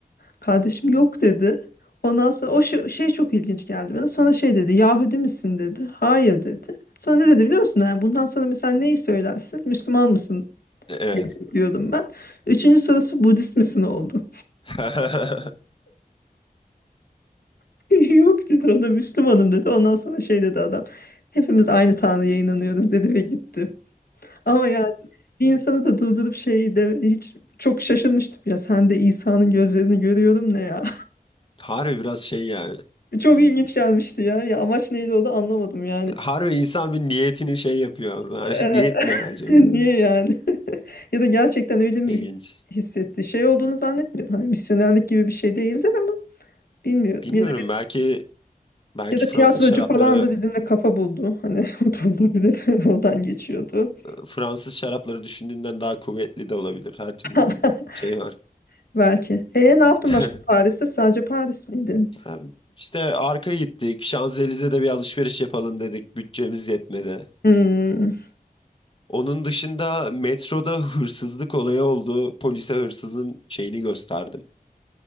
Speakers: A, on the left; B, on the left.
A: Kardeşim yok dedi. Ondan sonra o şey, şey çok ilginç geldi bana. Sonra şey dedi Yahudi misin dedi. Hayır dedi. Sonra ne dedi biliyor musun? Yani bundan sonra mesela neyi söylersin? Müslüman mısın
B: Evet.
A: diyordum ben. Üçüncü sorusu Budist misin oldu.
B: <laughs>
A: <laughs> Yok dedi o da Müslümanım dedi. Ondan sonra şey dedi adam. Hepimiz aynı Tanrı'ya inanıyoruz dedi ve gitti. Ama yani bir insanı da durdurup şey de hiç çok şaşırmıştım ya sen de İsa'nın gözlerini görüyorum ne ya.
B: Harbi biraz şey yani.
A: <laughs> Çok ilginç gelmişti ya. Ya amaç neydi o da anlamadım yani.
B: Harbi insan bir niyetini şey yapıyor. Yani
A: <laughs>
B: <laughs> niyet ne acaba?
A: <laughs> Niye yani? <laughs> Ya da gerçekten öyle mi
B: İlginç.
A: hissetti? Şey olduğunu zannetmiyorum. Hani misyonerlik gibi bir şey değildir ama bilmiyorum.
B: Bilmiyorum
A: Ya da
B: belki belki
A: ya da tiyatrocu
B: Fransız şarapları
A: falan da bizimle kafa buldu. Hani <laughs> o da olabilir. <laughs> Oradan geçiyordu.
B: Fransız şarapları düşündüğünden daha kuvvetli de olabilir her türlü
A: <laughs>
B: şey var.
A: Belki. E ne yaptın
B: <laughs>
A: başka Paris'te? Sadece Paris miydin?
B: Hem İşte arka gittik. Şanzelize'de bir alışveriş yapalım dedik. Bütçemiz yetmedi.
A: Hmm,
B: Onun dışında metroda hırsızlık olayı oldu. Polise hırsızın şeyini gösterdim.